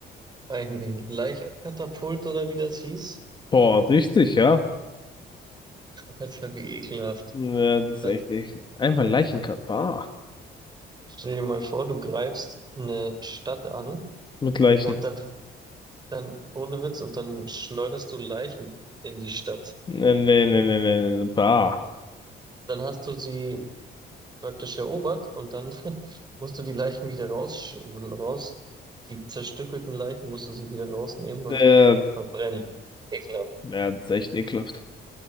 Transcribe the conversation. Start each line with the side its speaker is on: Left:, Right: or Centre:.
Right: ein Leichenkatapult oder wie das hieß?
Left: Boah, richtig, ja.
Right: Das wäre wie ekelhaft.
Left: Ja, das ist
Right: Das,
Left: echt, echt. Einfach Leichenkatapult. Bah.
Right: stell dir mal vor, du greifst eine Stadt an
Left: Mit Leichen.
Right: und dann, dann, ohne Witz, und dann schleuderst du Leichen in die Stadt.
Left: Nee, nee, nee, nee, nee. Bah.
Right: Dann hast du sie praktisch erobert und dann <laughs> musst du die Leichen wieder raus, raus, die zerstückelten Leichen musst du sie wieder rausnehmen und
Left: Äh,
Right: verbrennen. Ekelhaft.
Left: ja, das ist echt ekelhaft.